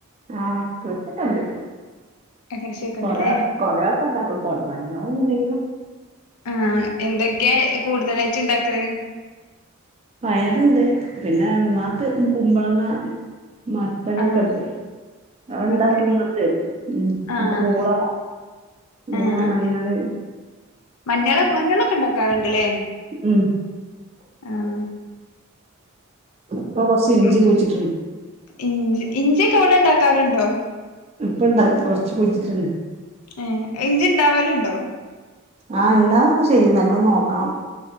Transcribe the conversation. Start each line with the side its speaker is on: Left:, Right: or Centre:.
Right: ആഹ് കൊറച്ചക്കണ്ട്
Left: കൃഷിയൊക്കെ
Right: കൊറ
Left: ഇണ്ട്ല്ലേ
Right: കൊറയാ <unintelligible> നല്ല പോലെന്തെങ്കിലും
Left: ആഹ് എന്തൊക്കെയ കൂടുതലായിട്ട് ഇണ്ടാക്കല്
Right: പയറണ്ട് പിന്നെ മ്മാക് കുമ്പളങ്ങ മത്തനൊക്കെ
Left: ആഹ്
Right: ഉണ്ട് ഉണ്ടാക്കും
Left: മത്തന്
Right: ഇങ്ങത്തെരും
Left: ആഹ്
Right: ഉം കൂള പൂള
Left: ആഹ്
Right: മഞ്ഞള്
Left: ആഹ് മഞ്ഞള് മഞ്ഞളൊക്കെ ഉണ്ടാക്കാറുണ്ടല്ലേ
Right: ഉം
Left: ആഹ്
Right: ഇപ്പ കുറച്ച് ഇഞ്ചി
Left: ഉം
Right: കുയിച്ചിട്ടട്ടുണ്ട്
Left: ഇഞ്ചി ഇഞ്ചിയൊക്കെ അവിടെ ഉണ്ടാക്കാറുണ്ടോ
Right: ഇപ്പ ഇണ്ടാക്കി കുറച്ച് കുയിച്ചിട്ടുണ്
Left: ഏ ഇഞ്ചി ഇണ്ടാവലുണ്ടോ
Right: ആഹ് ഇണ്ടാവോക്കെ ചെയ്യും നല്ലോ നോക്കണം